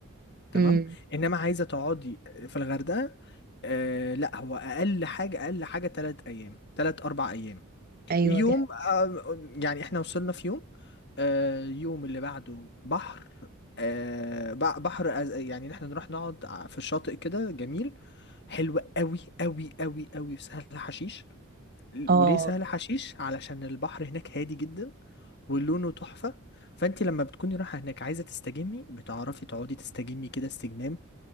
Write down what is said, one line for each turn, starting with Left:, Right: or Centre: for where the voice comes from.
Left: تمام
Right: امم
Left: انما عايزة تقعدي في الغردقة آه لا هو اقل حاجة اقل حاجة تلات ايام تلات اربع ايام
Right: ايوه
Left: يوم
Right: دي حقيقة.
Left: آه، يعني احنا وصلنا في يوم آه، يوم اللي بعده بحر آه، بع- بحر أز- يعني احنا نروح نقعد ع- في الشاطئ كده جميل حلو قوي قوي قوي قوي في سهل حشيش ل-
Right: اه
Left: وليه سهل حشيش علشان البحر هناك هادي جدا ولونه تحفة فانت لما بتكوني رايحة هناك عايزة تستجمي بتعرفي تقعدي تستجمي كده استجمام